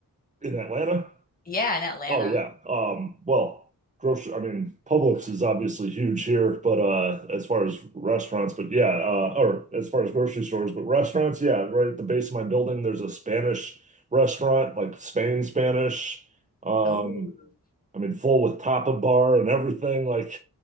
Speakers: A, on the right; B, on the left.
A: in Atlanta.
B: Yeah, in Atlanta.
A: Oh yeah. Um, well, grocery, I mean, Publix is obviously huge here, but uh as far as restaurants, but yeah, uh or as far as grocery stores, but restaurants, yeah, right at the base of my building there's a Spanish restaurant, like Spain Spanish. Um,
B: Ooh,
A: I mean, full with tapa bar and everything, like